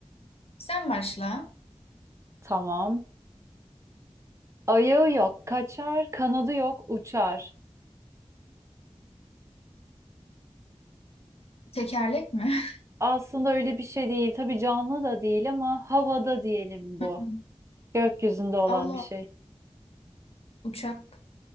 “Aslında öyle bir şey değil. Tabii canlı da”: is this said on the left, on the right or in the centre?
Right